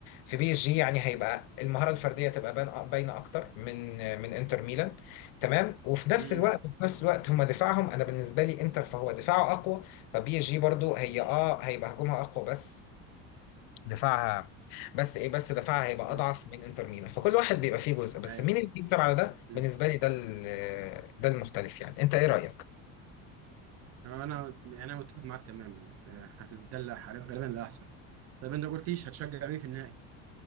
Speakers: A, on the left (about 85°); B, on the right (about 45°).
A: في بي اس جي يعني هيبقى المهاره الفرديه تبقى بان- باينه اكتر من من انتر ميلان تمام وفي نفس
B: مم.
A: الوقت وفي نفس الوقت هم دفاعهم انا بالنسبه لي انتر فهو دفاعه اقوى فبي اس جي برضو هي اه هيبقى هجومها اقوى بس دفاعها بس ايه بس دفاعها هيبقى
B: مم.
A: اضعف من انتر ميلان فكل واحد بيبقى فيه جزء بس
B: ايوه
A: مين اللي يكسب على ده
B: مم.
A: بالنسبه لي ده ال- ده المختلف يعني انت ايه رايك
B: انا يعني انا متفق معاك تماما آه، <laughs> ده اللي غالبا اللي هيحصل طب انت ما قلتليش هتشجع مين في النهائي؟